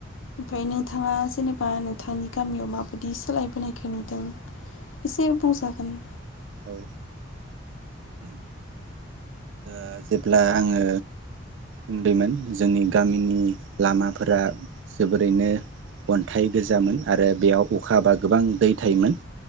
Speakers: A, on the left; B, on the right.
A: ओमफ्राय नोंथाङा जेनेबा नोंथांनि गामियाव मा? बादि सोलायबोनायखौ नुदों एसे बुंजागोन।
B: औ ओ ओ जेब्ला आङो उन्दैमोन जोंनि गामिनि लामाफोरा जोबोरैनो अन्थाइ गोजामोन आरो बेयाव अखा हाबा गोबां दै थायोमोन